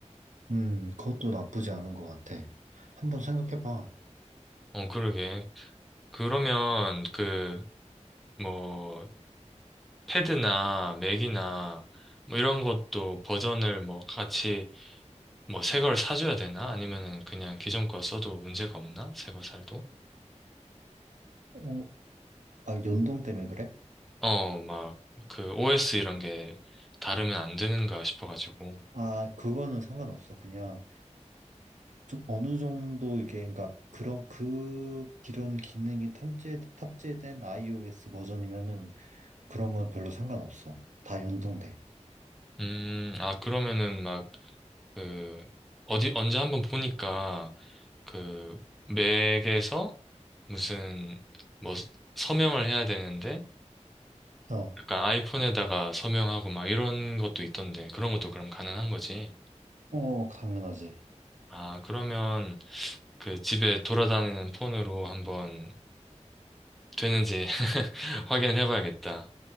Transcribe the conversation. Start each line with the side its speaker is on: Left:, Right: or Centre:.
Right: 음, 그것도 나쁘지 않은 것 같아. 한번 생각해봐.
Centre: 어, 그러게. 그러면 그, 뭐, 패드나 맥이나 뭐 이런 것도 버전을 뭐 같이 뭐 새 걸 사줘야 되나? 아니면은 그냥 기존 거 써도 문제가 없나? 새 거 살도?
Right: 어, 아, 연동 때문에 그래?
Centre: 어, 막 그 OS 이런 게 다르면 안 되는가 싶어가지고.
Right: 아, 그거는 상관없어. 그냥 좀 어느 정도 이게, 그러니까 그런 그 이런 기능이 탑재 탑재된 iOS 버전이면은 그런 건 별로 상관없어. 다 연동돼.
Centre: 음, 아, 그러면은 막 그 어디 언제 한번 보니까 그 맥에서 무슨 뭐 서명을 해야 되는데
Right: 어,
Centre: 약간 아이폰에다가 서명하고 막 이런 것도 있던데 그런 것도 그럼 가능한 거지?
Right: 어, 당연하지.
Centre: 아, 그러면 그 집에 돌아다니는 폰으로 한번 되는지 <laughs> 확인을 해봐야겠다.